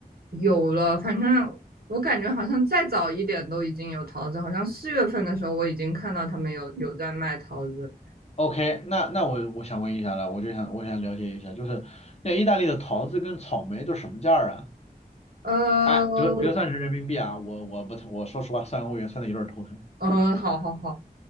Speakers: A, on the right; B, on the left.
A: 有了，反正我感觉好像再早一点都已经有桃子，好像四月份的时候我已经看到他们有有在卖桃子。
B: OK，那那我我想问一下了，我就想我想了解一下，就是那意大利的桃子跟草莓都什么价儿啊？
A: 呃，
B: 哎，折折算成人民币啊，我我不我说实话，算欧元算的有点儿头疼。
A: 呃，好好好，